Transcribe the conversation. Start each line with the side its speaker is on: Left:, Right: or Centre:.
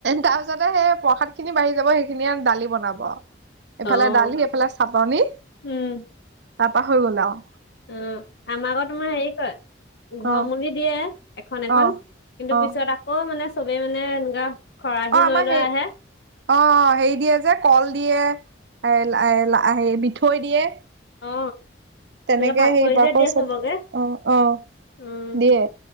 Right: তাৰপিছতে সেই প্ৰসাদ খিনি বাঢ়ি যাব সেইখিনি দালি বনাব।
Left: অ',
Right: এইফালে দালি এইফালে চাটনি।
Left: উম।
Right: তাৰাপা হৈ গলা আউ।
Left: উম আমাৰকৰ তোমাৰ হেৰি কৰে ঘৰ
Right: অ
Left: মূুলি দিয়ে। এখন এখন
Right: অ
Left: কিন্তু
Right: অ
Left: পিছত আকৌ মানে চবেই মানে এনেকুৱা। খৰাহী
Right: অ
Left: লৈ
Right: আমাৰ
Left: লৈ
Right: সে অ
Left: আহে।
Right: সেৰি দিয়ে যে কল। দিয়ে এ এইলা এইলা হে মিঠৈ দিয়ে।
Left: অ।
Right: তেনেকে
Left: ভাগ
Right: সেই
Left: কৰি
Right: বাক
Left: যে দিয়ে
Right: চত
Left: চবকে।
Right: অ অ আহ
Left: উম,
Right: দিয়ে।